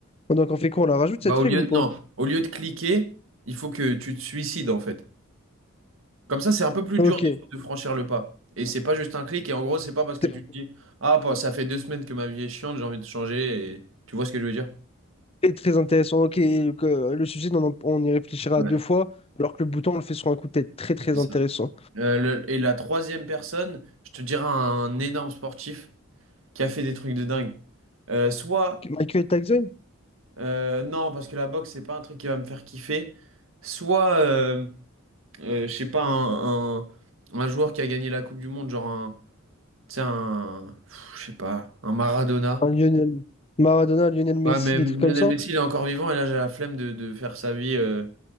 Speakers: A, on the left; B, on the right.
A: Donc, on fait quoi? On la rajoute,
B: Bah,
A: cette
B: au
A: règle
B: lieu
A: ou
B: de,
A: pas?
B: non, au lieu de cliquer, il faut que tu te suicides, en fait. Comme ça, c'est un peu plus
A: Ok,
B: dur de, de franchir le pas. Et c'est pas juste un clic. Et en gros, c'est pas parce que
A: c'est
B: tu te dis, ah, bah, ça fait deux semaines que ma vie est chiante, j'ai envie de changer. Et... Tu vois ce que je veux dire?
A: très, très intéressant. Ok, donc, euh, le sujet, on, en- on y réfléchira
B: Ouais.
A: deux fois, alors que le bouton, on le fait sur un coup de tête. Très, très
B: C'est
A: intéressant.
B: ça. Euh, le- et la troisième personne, je te dirais un énorme sportif qui a fait des trucs de dingue. Euh, soit,
A: Michael Jackson,
B: euh, non, parce que la boxe, c'est pas un truc qui va me faire kiffer. Soit, euh, euh, je sais pas, un, un, un joueur qui a gagné la Coupe du Monde, genre un, tu sais, un, pff, je sais pas, un Maradona.
A: un Lionel, Maradona, Lionel Messi,
B: Ouais, mais
A: des
B: Lionel
A: trucs comme ça.
B: Messi, il est encore vivant et là, j'ai la flemme de, de faire sa vie euh,